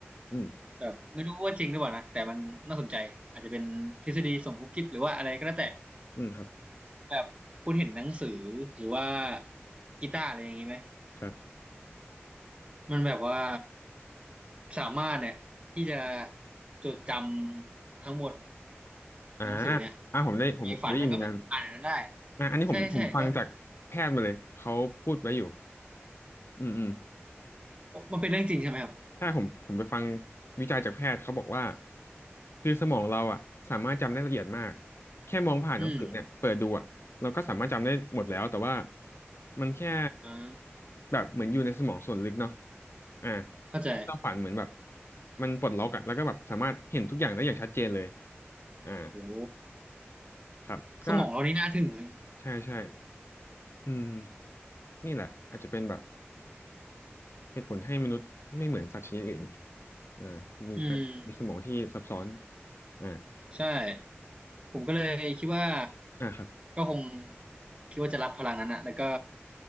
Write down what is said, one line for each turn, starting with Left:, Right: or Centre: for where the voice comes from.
Left: อืม
Right: แบบไม่รู้ว่าจริงหรือเปล่านะแต่มันน่าสนใจอาจจะเป็นทฤษฎีสมคบคิดหรือว่าอะไรก็แล้วแต่
Left: อืมครับ
Right: แบบคุณเห็นหนังสือหรือว่ากีตาร์อะไรอย่างนี้ไหม
Left: ครับ
Right: มันแบบว่าสามารถเนี่ยที่จะจดจำทั้งหมด
Left: อ่า
Right: หนังสือเนี่ย
Left: อ่าผมได้ผมเคยได้ยินเหมือนกัน
Right: ไปฝันแล้วก็ไปอ่านอันนั้นได้
Left: อ่าอันนี้ผมผมฟังจากแพทย์มาเลยเขาพูดไว้อยู่
Right: ใช่ใช่แล้วถ้า
Left: อืมอืม
Right: มันเป็นเรื่องจริงใช่ไหมครับ
Left: ใช่ผมผมไปฟังวิจัยจากแพทย์เขาบอกว่าคือสมองเราอ่ะสามารถจำได้ละเอียดมากแค่มองผ่านหนังสือเนี่ยเปิดดูอ่ะเราก็สามารถจำได้หมดแล้วแต่ว่า
Right: อืม
Left: มันแค่
Right: อ่า
Left: แบบเหมือนอยู่ในสมองส่วนลึกเนาะอ่า
Right: เข้าใจ
Left: ที่เราฝันเหมือนแบบมันปลดล็อกอ่ะแล้วก็แบบสามารถเห็นทุกอย่างได้อย่างชัดเจนเลยอ่า
Right: โอ้
Left: ครับก็
Right: สมองเรานี่น่าถึงเลย
Left: ใช่ใช่อืมนี่แหละอาจจะเป็นแบบ เหตุผลให้มนุษย์ไม่เหมือนสัตว์ชนิดอื่นอ่ามีการมีสมองที่ซับซ้อน
Right: อืม
Left: อ่า
Right: ใช่ผมก็เลยคิดว่า
Left: อ่าครับ
Right: ก็คงคิดว่าจะรับพลังนั้นอะแล้วก็